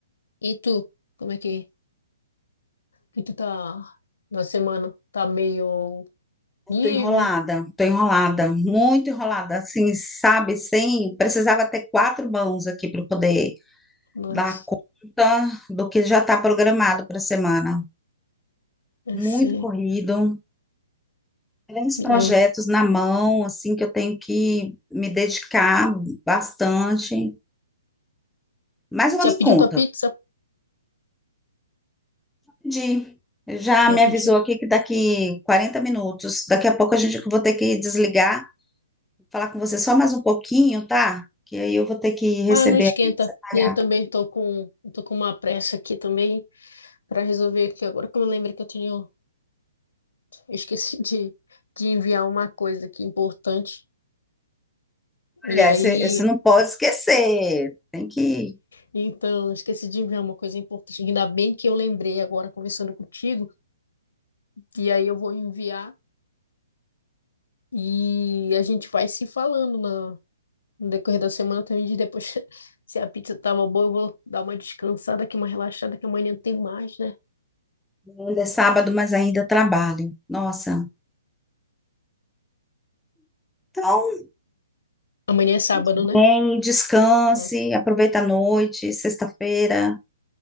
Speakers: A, on the left; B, in the centre.
A: E tu, como é que, que tu tá na semana? Tá meio livre?
B: Tô enrolada, tô enrolada, muito enrolada, assim, sabe? Sem, precisava ter quatro mãos aqui para poder
A: Nossa,
B: dar conta do que já está programado para a semana.
A: essa,
B: Muito
A: é,
B: corrido, É uns
A: eu-
B: projetos na mão, assim, que eu tenho que me dedicar bastante, mas eu vou
A: já
B: dar
A: pediu
B: conta.
A: tua pizza?
B: De, já
A: Já
B: me
A: pedi.
B: avisou aqui que daqui 40 minutos, daqui a pouco a gente eu vou ter que desligar, falar com você só mais um pouquinho, tá? Que aí eu vou ter que receber
A: Ah, não esquenta.
B: a pizza, pagar.
A: Eu também tô com, tô com uma pressa aqui também para resolver aqui. Agora que eu me lembro que eu tinha, eu esqueci de, de enviar uma coisa aqui importante. E
B: Olha,
A: aí,
B: você você não pode esquecer. Tem que.
A: então, eu esqueci de enviar uma coisa importante. Ainda bem que eu lembrei agora conversando contigo. E aí eu vou enviar. E a gente vai se falando na, no decorrer da semana também diz depois <laughs> se a pizza tava boa, eu vou dar uma descansada aqui, uma relaxada, que amanhã tem mais, né?
B: Ainda é sábado, mas ainda trabalho. Nossa. Então,
A: Amanhã é sábado,
B: bem,
A: né?
B: descanse,
A: Nossa,
B: aproveita a noite, sexta-feira.